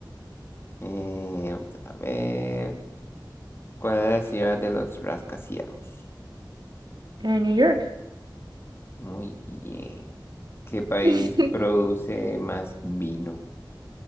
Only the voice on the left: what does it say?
Eh, vamos a ver. ¿Cuál es la ciudad de los rascacielos?
Muy bien. ¿Qué país
produce más vino?